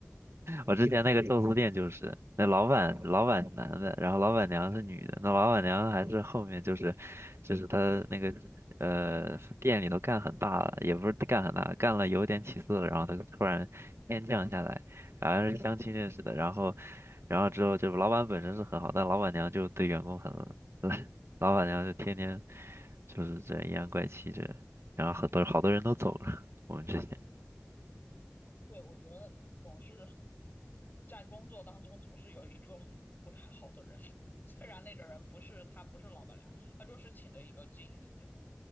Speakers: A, on the left; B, on the right.
A: 真的
B: 我之前那个寿司店就是，那老板老板是男的，然后老板娘是女的，那老板娘还是后面就是，就是她那个呃店里头干很大了，也不是干很大，干了有点起色了，然后她突然天降下来，好像是相亲认识的，然后然后之后就老板本身是很好，但老板娘就对员工很烂，<laughs> 老板娘就天天
A: 很慢。
B: 就是这样阴阳怪气这，然后很多好多人都走了，我们之前，
A: 对，我觉得总是在工作当中总是有一个不太好的人，<laughs> 虽然那个人不是他不是老板娘，他就是请的一个经理，